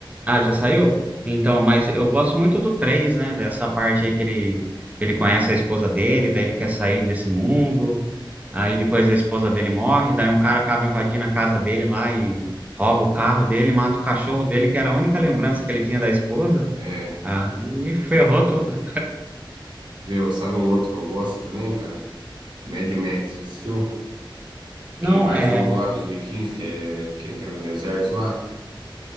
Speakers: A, on the right (about 20°); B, on the right (about 60°).
A: Ah, já saiu? Então, mas eu gosto muito do três né? Dessa parte aí que ele, que ele conhece a esposa dele, daí ele quer sair desse mundo. Aí depois a esposa dele morre, daí um cara acaba invadindo a casa dele lá e rouba o carro dele, mata o cachorro dele, que era a única lembrança que ele tinha da esposa.
B: É,
A: Aí ferrou tudo.
B: viu? Sabe um outro que eu gosto também, cara? Mad Max, já assistiu?
A: Não,
B: Aquele mais
A: é,
B: novo lá, dois mil e quinze que é aquele que é no deserto lá.